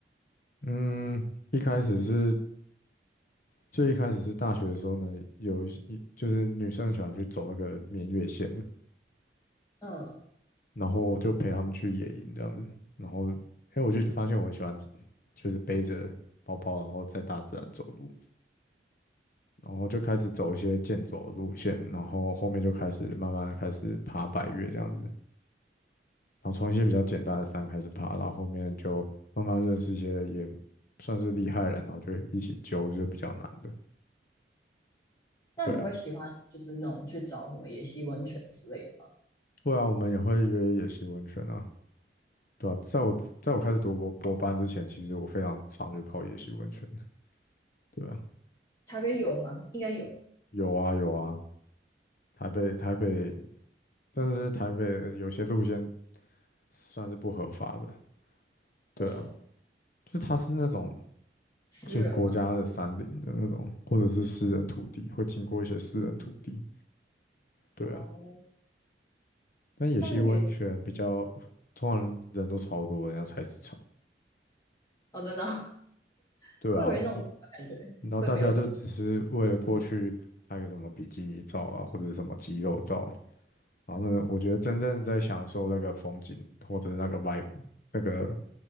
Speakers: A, on the left (about 50°); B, on the left (about 20°).
A: 嗯，一开始是最一开始是大学的时候呢，有一些就是女生很喜欢去走那个绵月线的，
B: 嗯，
A: 然后就陪他们去野营这样子。然后，哎，我就发现我很喜欢，就是背着包包，然后在大自然走路，然后就开始走一些健走的路线，然后后面就开始慢慢地开始爬百越这样子。然后从一些比较简单的山开始爬，然后后面就慢慢认识一些也算是厉害人，然后就一起揪，就是比较难的。
B: 那你会喜欢就是那种去找什么野溪温泉之类的吗？
A: 对啊，对啊，我们也会约野溪温泉啊。对啊，在我在我开始读博博班之前，其实我非常常去泡野溪温泉。对啊，
B: 台北有吗？应该有，
A: 有啊有啊，台北台北，但是台北呃有些路线算是不合法的。对啊，
B: 为什么？
A: 就是它是那种
B: 私人吗？
A: 就国家的山林的那种，或者是私人土地，会经过一些私人土地。对啊，
B: 哦，
A: 但野溪温泉比较，
B: 但也
A: 通常人都超多，人家菜市场。
B: 哦，真的哦，<laughs>
A: 对啊，
B: 我以为那种感觉会没有什么
A: 然后大家就只是为了过去拍个什么比基尼照啊，或者是什么肌肉照，然后呢，我觉得真正在享受那个风景或者是那个 vibe 那个